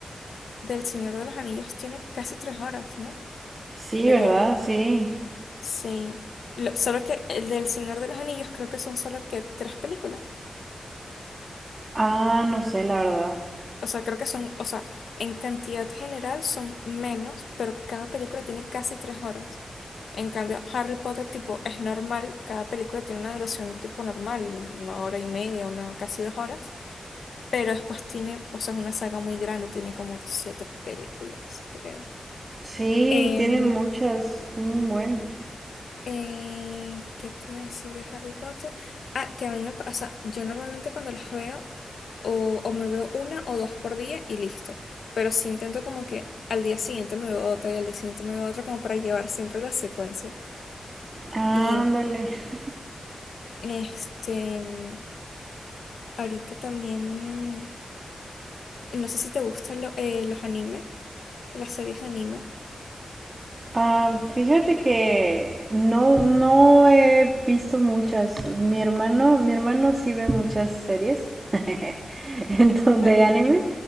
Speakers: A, on the left (about 80°); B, on the right (about 40°).
A: del Señor de los Anillos tiene casi tres horas, ¿no?
B: Sí,
A: Creo.
B: ¿verdad? Sí.
A: Sí. Lo- solo que el del Señor de los Anillos creo que son solo que tres películas.
B: Ah, no sé, la verdad.
A: O sea, creo que son, o sea, en cantidad general son menos, pero cada película tiene casi tres horas. En cambio, Harry Potter, tipo, es normal, cada película tiene una duración tipo normal, una hora y media, una, casi dos horas, pero después tiene, o sea, es una saga muy grande, tiene como siete películas, creo.
B: Sí,
A: Em,
B: tiene muchas. Un buen.
A: Eh, ¿qué te iba a decir de Harry Potter? Ah, que a mí me pasa, yo normalmente cuando las veo, o, o me veo una o dos por día y listo. Pero sí intento como que al día siguiente me veo otra y al día siguiente me veo otra como para llevar siempre la secuencia.
B: Ándale.
A: Y
B: <laughs>
A: este, mm, ahorita también, no sé si te gustan lo- eh, los animes, las series de anime.
B: Ah, fíjate que no, no he visto muchas. Mi hermano, mi hermano sí ve muchas series <laughs> entonces,
A: Claro,
B: de anime.